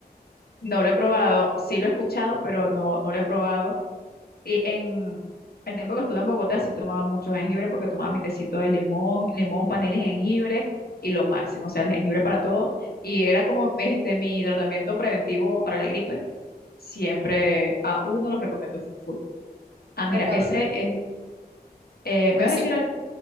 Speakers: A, on the left; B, on the right.
A: No lo he probado, sí lo he escuchado, pero no, no lo he probado Y en el tiempo que estuve en Bogotá sí tomaba mucho jengibre porque tomaba mi tecito de limón, limón, panela y jengibre y lo máximo, o sea, el jengibre para todo. Y era como este mi tratamiento preventivo para la gripe. Siempre a uno los recomiendo full. Ah, mira,
B: sea, cuando-
A: ese, eh, eh,
B: Así.
A: ¿me vas a decir algo?